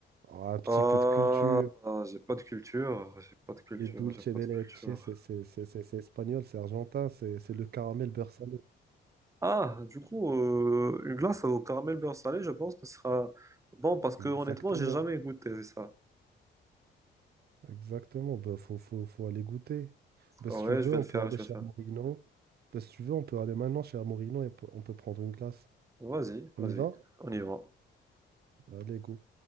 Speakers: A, on the right; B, on the right.
A: Ah, un petit
B: Ah,
A: peu de culture.
B: j'ai pas de culture, j'ai pas de culture,
A: Les Ouais. dulce
B: j'ai pas
A: de
B: de
A: leche,
B: culture.
A: c'est c'est- c'est- c'est- c'est espagnol, c'est argentin, c'est c'est le caramel beurre salé.
B: Ah, du coup, euh, une glace au caramel beurre salé, je pense que ce sera bon parce que
A: Exactement,
B: honnêtement, j'ai jamais goûté ça.
A: exactement. Bah, faut, faut, faut aller goûter. Bah,
B: Ah
A: si
B: Ouais,
A: tu veux,
B: je vais
A: on
B: le faire,
A: peut aller
B: je vais
A: chez
B: le faire.
A: Amorino. Bah, si tu veux, on peut aller maintenant chez Amorino et on peut on peut prendre une glace.
B: Vas-y, vas-y,
A: On y va?
B: on y va.
A: Allez, go.